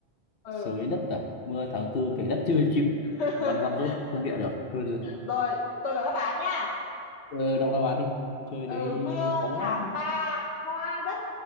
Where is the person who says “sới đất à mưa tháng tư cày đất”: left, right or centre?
Left